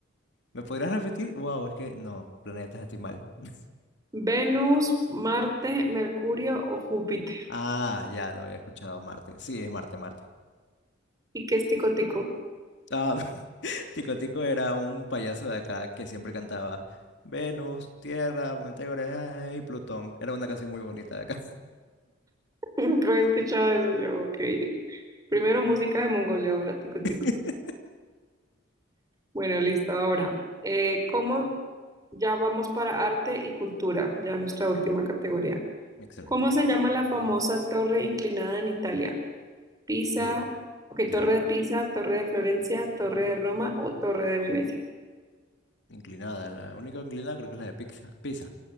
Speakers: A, on the left; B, on the right.
A: ¿Me podrías repetir? Wow, es que no, planetas estoy mal. <laughs>
B: Venus, Marte, Mercurio o Júpiter.
A: Ah, ya no había escuchado Marte. Sí, es Marte, Marte.
B: ¿Y qué es tico tico?
A: Ah, <laughs> Tico Tico era un payaso de acá que siempre cantaba Venus, Tierra, Mantegora y Plutón. Era una canción muy bonita de acá.
B: <laughs> Nunca había escuchado eso yo, ok. Primero música de Mongolia, ahora tico tico.
A: <laughs>
B: Bueno, listo, ahora. eh, ¿cómo? Ya vamos para arte y cultura, ya nuestra última categoría.
A: Excelente.
B: ¿Cómo se llama la famosa torre inclinada en Italia? Pisa,
A: Eh,
B: ok,
A: ya,
B: Torre de Pisa, Torre de Florencia, Torre de Roma o Torre de Venecia.
A: inclinada. La única inclinada creo que es la de Pizza. Pizza.